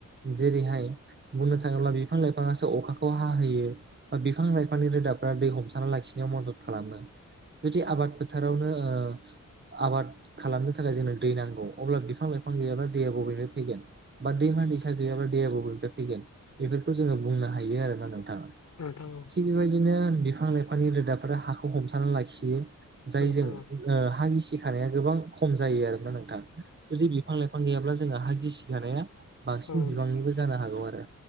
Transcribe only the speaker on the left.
औ नोंथां औ।
औ नोंथां औ नोंथां औ
औ